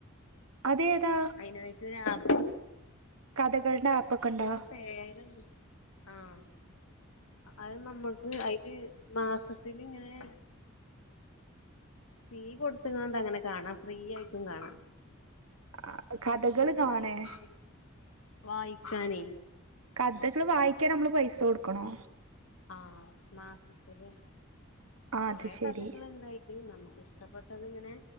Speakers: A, on the right; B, on the left.
A: അതെതാ
B: അതിനായിട്ട് ഒരു ആപ്പ്
A: കഥകളുടെ ആപ്പൊക്കെ ഉണ്ടോ
B: പേരന്ത് ആഹ് അത് നമ്മുക്ക് അയില് മാസത്തിൽ ഇങ്ങനെ ഫീ കൊടുത്തത് കൊണ്ട് അങ്ങനെ കാണാം ഫ്രീ ആയിട്ടും കാണാം
A: ആ കഥകൾ
B: ഞാൻ ഇങ്ങനെ
A: കാണേ
B: ഫ്രീ ആയിട്ടില്ല വായിക്കാനേ
A: കഥകള് വായിക്കാൻ നമ്മള് പൈസ കൊടുക്കണോ
B: ആഹ മാസത്തില്
A: ആ
B: കേറെ
A: അത് ശരി
B: കഥകൾ ഉണ്ടായി നമ്മുക്ക്ഷ്ടപ്പെട്ടത് ഇങ്ങനെ